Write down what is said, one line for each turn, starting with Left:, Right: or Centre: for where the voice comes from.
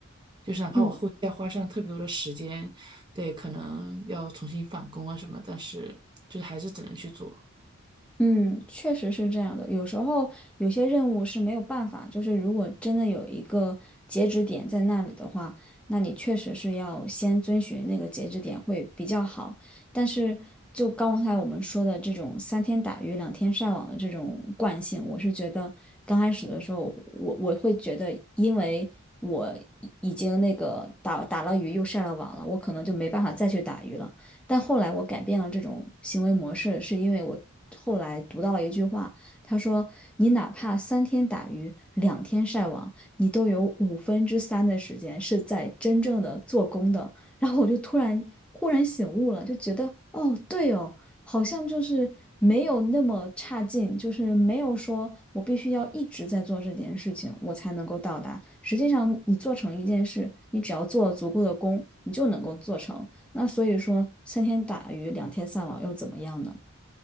Right: 就是哪怕我后期要花上特别多的时间，
Centre: 嗯。
Right: 对，可能要重新返工啊什么，但是就是还是只能去做。
Centre: 嗯，确实是这样的。有时候有些任务是没有办法，就是如果真的有一个截止点在那里的话，那你确实是要先遵循那个截止点会比较好。但是就刚才我们说的这种三天打鱼两天晒网的这种惯性，我是觉得刚开始的时候，我我会觉得，因为我已已经那个打打了鱼又晒了网了，我可能就没办法再去打鱼了。但后来我改变了这种行为模式，是因为我后来读到了一句话，他说：“你哪怕三天打鱼两天晒网，你都有五分之三的时间是在真正的做工的。”然后我就突然忽然醒悟了，就觉得哦，对哦，好像就是没有那么差劲，就是没有说我必须要一直在做这件事情，我才能够到达。实际上，你做成一件事，你只要做足够的工，你就能够做成。那所以说，三天打鱼两天晒网又怎么样呢？